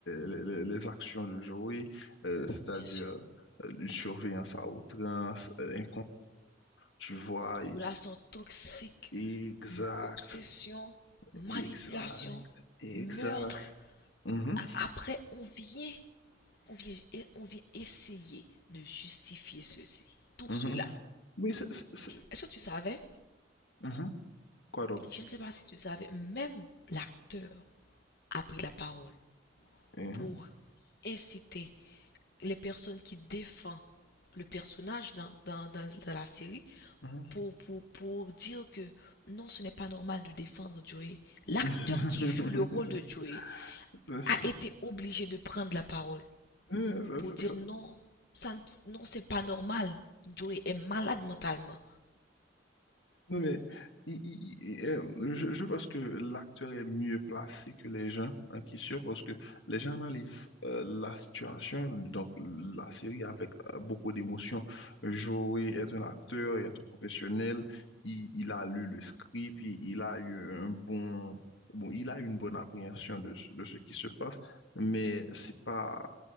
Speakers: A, on the left; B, on the left.
A: les, les- les actions de Joey, euh, c'est-à-dire
B: Bien sûr.
A: euh, une surveillance à outrance, euh, un tu vois,
B: Relations
A: et-
B: toxiques,
A: exact,
B: m- obsession, manipulation,
A: exact, exact.
B: meurtre.
A: Mhm,
B: Après, on vient, on vient, on vient essayer de justifier ceci, tout
A: mhm.
B: cela.
A: Oui, c'est, c'est- c'est-
B: Est-ce que tu savais
A: mhm. Quoi donc?
B: Je ne sais pas si tu savais, même l'acteur a pris la parole
A: Hein,
B: pour inciter les personnes qui défendent le personnage dans, dans, dans- dans la série
A: hein.
B: pour, pour, pour dire que non, ce n'est pas normal de défendre Joey. L'acteur
A: <laughs>
B: qui joue le rôle de Joey
A: Ça, ça,
B: a été obligé de prendre la parole
A: ça,
B: pour
A: <laughs>
B: dire
A: ça.
B: non, ça, non, c'est pas normal. Joey est malade mentalement.
A: Non mais il- il- il- euh, je, je pense que l'acteur est mieux placé que les gens en question parce que les gens analysent euh, la situation, donc la série avec euh, beaucoup d'émotion. Joey est un acteur, il est un professionnel, il, il a lu le script, il, il a eu un bon, bon, il a une bonne appréhension de, ce- de ce qui se passe, mais c'est pas